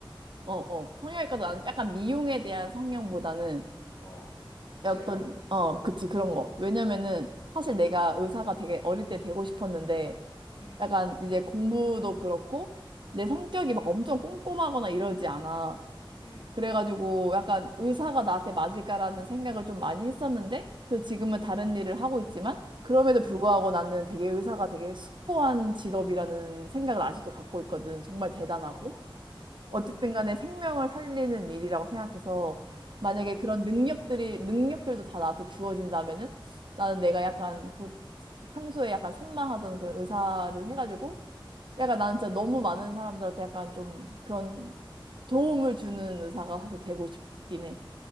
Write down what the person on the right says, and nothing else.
어, 어, 성형외과도
나는 약간 미용에 대한 성형보다는
어떤,
어, 그치, 그런 거. 왜냐면은,
사실 내가 의사가 되게 어릴 때 되고 싶었는데,
약간 이제 공부도 그렇고, 내 성격이 막 엄청 꼼꼼하거나 이러지 않아.
그래가지고 약간 의사가 나한테 맞을까라는 생각을 좀 많이 했었는데, 그래서 지금은
다른 일을 하고 있지만, 그럼에도
불구하고 나는 되게 의사가 되게 숭고한 직업이라는 생각을 아직도 갖고 있거든. 정말 대단하고.
어쨌든 간에 생명을 살리는 일이라고 생각해서, 만약에
그런 능력들이, 능력들도 다 나한테 주어진다면은, 나는 내가 약간 보- 평소에 약간 선망하던 그런 의사를 해가지고, 약간 나는 진짜 너무 많은 사람들한테 약간 좀 그런 도움을 주는 의사가 사실 되고 싶긴 해.